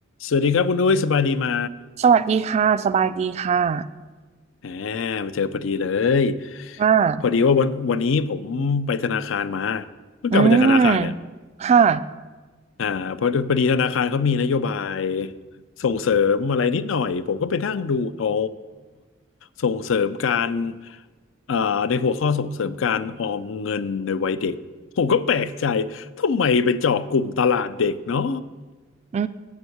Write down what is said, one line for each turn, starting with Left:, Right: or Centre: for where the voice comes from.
Left: สวัสดีครับคุณนุ้ยสบายดีไหม
Right: สวัสดีค่ะ สบายดีค่ะ
Left: อ่ามาเจอพอดีเลย
Right: ค่ะ
Left: พอดีว่าวันวันนี้ผมไปธนาคารมาเพิ่งกลับมาจากธนาคารเนี่ย
Right: อืมค่ะ
Left: อ่าพอพอดีธนาคารเขามีนโยบายส่งเสริมอะไรนิดหน่อยผมก็ไปนั่งดูอ๋อส่งเสริมการเอ่าในหัวข้อส่งเสริมการออมเงินในวัยเด็กผมก็แปลกใจทำไมไปเจาะกลุ่มตลาดเด็กเนาะ
Right: อื